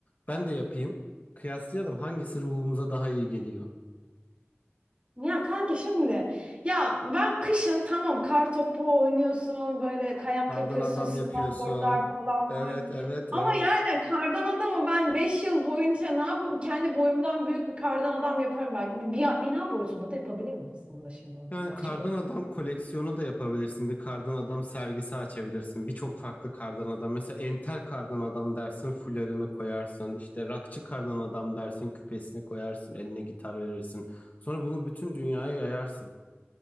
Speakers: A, on the left (about 40°); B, on the right (about 30°).
A: Ben de yapayım. Kıyaslayalım hangisi ruhumuza daha iyi geliyor.
B: Ya kanki şimdi ya ben kışın tamam kar topu oynuyorsun böyle kayak
A: Kardan
B: yapıyorsun
A: adam
B: snowboardlar
A: yapıyorsun.
B: falan
A: Evet,
B: var.
A: evet,
B: Ama
A: evet.
B: yani kardan adamı ben 5 yıl boyunca ne yapıp kendi boyumdan büyük bir kardan adam yaparım belki. Bir, bina boyutunda da yapabilirim aslında şimdi oradan
A: Yani
B: bakacak
A: kardan
B: olursun.
A: adam koleksiyonu da yapabilirsin. Bir kardan adam sergisi açabilirsin. Birçok farklı kardan adam. Mesela entel kardan adam dersin, fularını koyarsın. İşte rockçı kardan adam dersin, küpesini koyarsın, eline gitar verirsin. Sonra bunu bütün dünyaya yayarsın.